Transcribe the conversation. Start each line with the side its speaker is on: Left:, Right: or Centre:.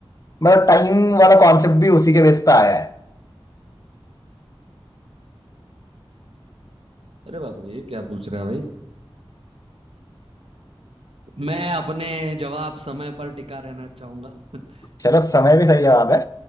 Left: मतलब टाइम वाला कॉन्सेप्ट भी उसी के बेस पे आया है
Right: अरे बाप रे ये क्या पूछ रहा है भाई मैं अपने जवाब समय पर टिका रहना चाहूंगा <laughs>
Left: चलो समय भी सही जवाब है